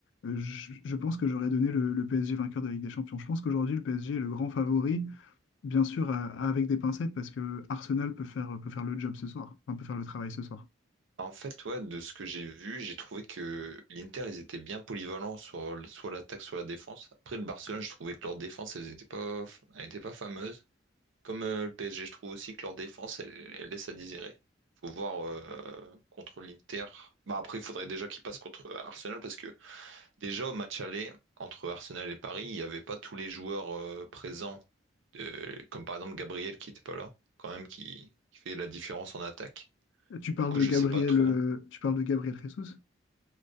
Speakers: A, on the left (about 70°); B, on the right (about 75°).
A: euh, je, je pense que j'aurais donné le, le PSG vainqueur de la Ligue des Champions. Je pense qu'aujourd'hui, le PSG est le grand favori. Bien sûr, à- à- avec des pincettes, parce que Arsenal peut faire, peut faire le job ce soir, Enfin, peut faire le travail ce soir.
B: En fait, ouais, de ce que j'ai vu, j'ai trouvé que l'Inter, ils étaient bien polyvalents sur le- soit l'attaque, soit la défense. Après, le Barcelone, je trouvais que leur défense, elle était pas, elle était pas fameuse. Comme euh, le PSG, je trouve aussi que leur défense, elle, elle laisse à désirer. Faut voir euh, contre l'Inter. Bah après, il faudrait déjà qu'ils passent contre euh, Arsenal parce que déjà au match aller entre Arsenal et Paris, il n'y avait pas tous les joueurs euh, présents, euh, comme par exemple Gabriel qui n'était pas là, quand même qui, qui fait la différence en attaque.
A: Tu parles
B: Du coup,
A: de
B: je
A: Gabriel,
B: sais pas trop.
A: euh, tu parles de Gabriel Jesus